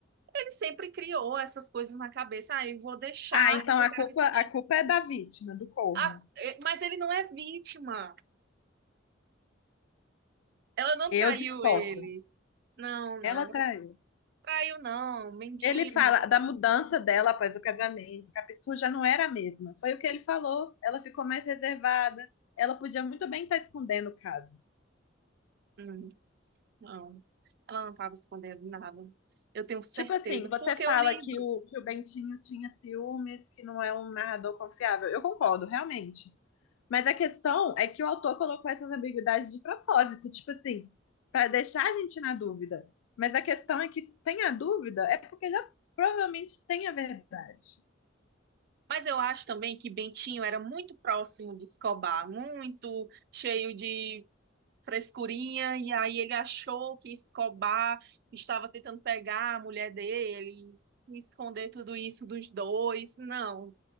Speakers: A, on the right; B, on the left.
A: ele sempre criou essas coisas na cabeça. Ah, eu vou deixar
B: Ah, então
A: porque
B: a
A: eu quero
B: culpa,
A: me sentir.
B: a culpa é da vítima, do corvo.
A: Ah, eh, mas ele não é vítima. Ela não
B: Eu
A: traiu
B: discordo.
A: ele. Não, não,
B: Ela
A: não
B: traiu.
A: traiu, não, mentindo.
B: Ele fala da mudança dela após o casamento. Capitu já não era a mesma. Foi o que ele falou. Ela ficou mais reservada. Ela podia muito bem estar escondendo o caso.
A: Hum, Não, ela não estava escondendo nada. Eu tenho certeza,
B: Tipo assim, você
A: porque
B: fala
A: eu livro.
B: que o, que o Bentinho tinha ciúmes, que não é um narrador confiável. Eu concordo, realmente. Mas a questão é que o autor colocou essas ambiguidades de propósito, tipo assim, para deixar a gente na dúvida. Mas a questão é que se tem a dúvida, é porque já provavelmente tem a verdade.
A: Mas eu acho também que Bentinho era muito próximo de Escobar, muito cheio de frescurinha, e aí ele achou que Escobar estava tentando pegar a mulher dele e esconder tudo isso dos dois. Não.